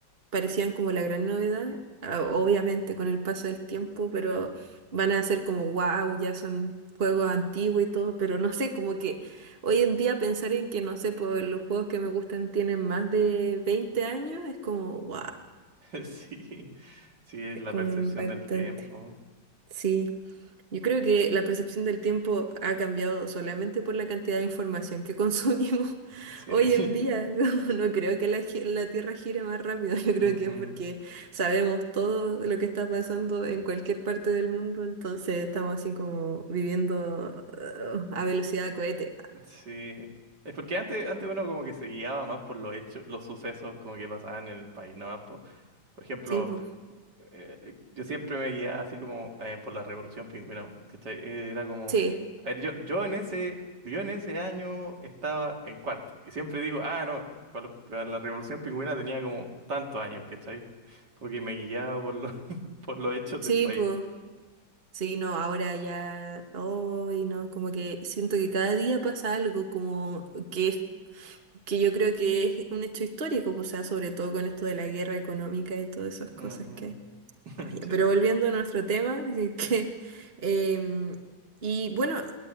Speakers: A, on the right; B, on the right.
A: parecían como la gran novedad, a- obviamente con el paso del tiempo, pero van a ser como wow, ya son juegos antiguos y todo, pero no sé, como que hoy en día pensar en que, no sé, pues los juegos que me gustan tienen más de 20 años es como wow,
B: <laughs> Sí, sí,
A: es
B: la
A: como
B: percepción
A: impactante.
B: del tiempo.
A: Sí. Yo creo que la percepción del tiempo ha cambiado solamente por la cantidad de información que consumimos <laughs>
B: Sí.
A: hoy en día. <laughs> No creo que la, gi- la Tierra gire más rápido. Yo creo
B: <laughs> Ujú.
A: que es porque sabemos todo lo que está pasando en cualquier parte del mundo. Entonces estamos así como viviendo eh, a velocidad de cohete.
B: Sí. Es porque antes, antes uno como que se guiaba más por los hechos, los sucesos como que pasaban en el país, ¿no? Por, por ejemplo,
A: Sí, po.
B: eh, yo siempre me guiaba así como eh, por la Revolución Pingüina, po, ¿cachai? Eh, Era como,
A: Sí,
B: a ver, yo, yo en ese, yo en ese año estaba en cuarto y siempre digo, ah, no, para, los- para la Revolución Pingüina tenía como tantos años, ¿cachai? Como que me guiaba por los, <laughs> por los hechos
A: sí,
B: del país.
A: pues. Sí, no, ahora ya, hoy no, como que siento que cada día pasa algo como que es que yo creo que es un hecho histórico, pues, o sea, sobre todo con esto de la guerra económica y todas esas
B: Ujú,
A: cosas que hay.
B: <laughs>
A: Ah, ya,
B: Sí.
A: Pero volviendo a nuestro tema, <laughs> que, em, y bueno,